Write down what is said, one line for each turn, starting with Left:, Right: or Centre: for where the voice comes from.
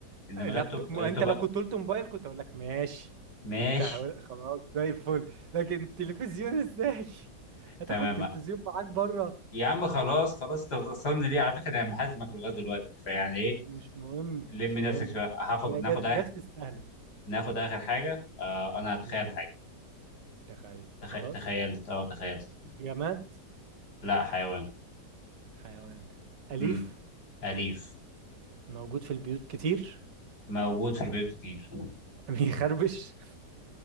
Left: انما
Right: لابتوب
Left: لابتوب
Right: ما
Left: لابتوب
Right: انت لو كنت قلت موبايل كنت اقول لك ماشي
Left: ماشي
Right: كنت هقول خلاص زي الفل لكن تلفزيون ازاي <laughs> هتاخد
Left: تمام
Right: تلفزيون معاك بره
Left: يا عم خلاص خلاص انت بتصمم ليه على فكره انا محازمك لغايه دلوقتي فيعني ايه
Right: مش مهم
Left: لم
Right: مش
Left: نفسك
Right: مهم
Left: شويه هاخد
Right: هي
Left: ناخد
Right: جت
Left: آخر
Right: جت في السهلة
Left: ناخد اخر حاجه آه انا هتخيل
Right: يلا
Left: حاجه
Right: تخيل
Left: تخ...
Right: خلاص
Left: تخيلت اه تخيلت
Right: جماد
Left: لا حيوان
Right: حيوان أليف
Left: امم اليف
Right: موجود في البيوت كتير
Left: موجود في البيوت كتير
Right: <laughs> بيخربش